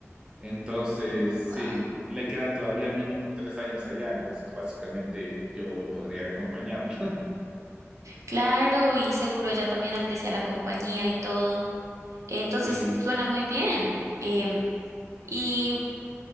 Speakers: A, on the right; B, on the right.
A: Entonces,
B: wow.
A: sí, le quedan todavía mínimo tres años allá, entonces básicamente yo podría acompañarla.
B: Claro, y seguro ella también aprecia la compañía y todo. Entonces
A: Sí,
B: suena muy bien. Em, y